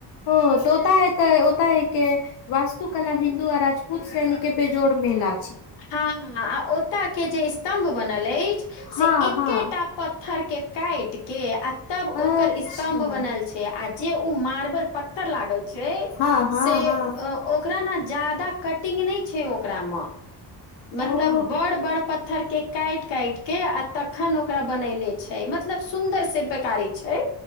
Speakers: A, on the left (about 60°); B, on the left (about 85°).
A: ओ तऽ ओता ह तऽ ओता ह के वास्तुकला हिन्दू आ राजपूत शैलिके बेजोड़ मेला
B: हँ आ ओतऽ के जे स्तम्भ बनल अछि से
A: हँ
B: एकेटा
A: हँ
B: पत्थर के काइट के आ तब
A: अच्छा
B: ओकर स्तम्भ बनल छै आ जे उ मार्बल पत्तर लागल छै
A: हँ हँ
B: से
A: हँ
B: ओकरा न जादा कटिंग नहि छै ओकरा मे मतलब
A: ओ
B: बड़ बड़ पत्थर के काटि काटि के आ तखन ओकरा बनैले छै मतलब सुन्दर शिल्पकारी छै